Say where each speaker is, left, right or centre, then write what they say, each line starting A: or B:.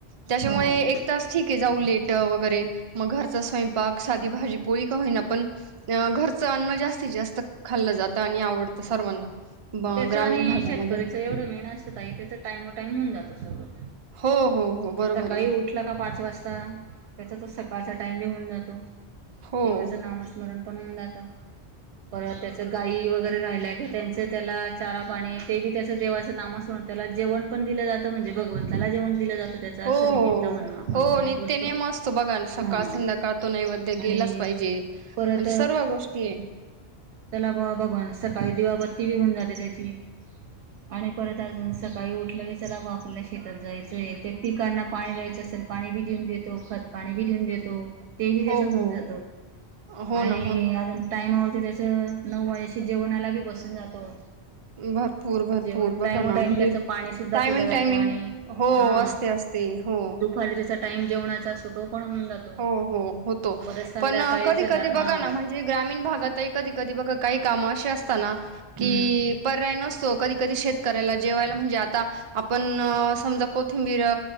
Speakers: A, on the right (about 45°); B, on the right (about 80°).
A: त्याच्यामुळे
B: हो
A: एक तास ठीक आहे, जाऊन लेट वगैरे मग घरचा स्वयंपाक साधी भाजी पोळी का होईना पण, अ घरचं अन्न जास्तीत जास्त खाल्लं जातं, आणि आवडतं सर्वांना, ब
B: त्याचं
A: ग्रामीण
B: आणि
A: भागामध्ये
B: शेतकरीचं एवढं मेन असत आहे, त्याच टाइम टूनटाइम होऊन जातं सगळं.
A: हो हो हो बरोबर
B: सकाळी
A: आहे ना
B: उठला का पाच वाजता, का त्यांचा तर सकाळचा टाइम बी होऊन जातो
A: हो
B: देवाच नामस्मरण, होवून जातो परत तर त्यांच गायी वगैरे राहिलेलं असतं, त्यांच त्यांना चारा, आणी ते बी त्याचं देवाचं नामस्मरण, त्यांच त्याला जेवण पण दिलं जातं म्हणजे, भगवंताला जेवण दिलं जातं. त्याच असं
A: हो हो
B: निमित्त म्हणून
A: हो.
B: आपण
A: हो
B: त एक
A: नित्य
B: गोष्ट
A: नेम असतो बघा न, सकाळ
B: हा,
A: संध्याकाळ तो नैवेद्य गेलाच
B: आणि
A: पाहिजे.
B: परत
A: म्हणजे सर्व गोष्टी आहे.
B: चला बुवा डबा, अन सकाळी दिवाबत्ती, ती बी होऊन जाते, त्याची आणि परत अजून सकाळी उठल्या कि चला आपल्याला शेतात जायचं आ, हे ते पिकांना पाणी द्यायचं असेल पाणी देऊन देतो खत पाणी बी देऊन देतो. तो बी त्याच
A: हो
B: होवून
A: हो
B: जातो,
A: हो
B: आणि
A: ना हो ना
B: अजून टाईम उर, त्याच्याशिवाय नऊ वाजेशी जेवणाला बी बसून जातो.
A: भरपूर भरपूर
B: जेवण
A: बघा
B: टाइमो
A: ना
B: टाइम
A: आरे
B: त्याचं पाणी सुद्धा
A: टायमिंग,
B: पिलं जातं
A: टायमिंग
B: आणि
A: हो
B: हा
A: असते असते. ते हो.
B: दुपारी त्याचा टाइम जेवणाचा अस तो पण होऊन जातो.
A: हो, हो होतो
B: परत संध्याकाळी
A: पण कधी
B: चला
A: कधी बघा
B: हा
A: ना, म्हणजे ग्रामीण
B: हा
A: भागातही कधी कधी बघा काही कामं असे अस असत ना की
B: हम्म
A: पर्याय नसतो, कधी कधी शेतकऱ्याला जेवायला म्हणजे आ आता आपण समजा कोथिंबीर,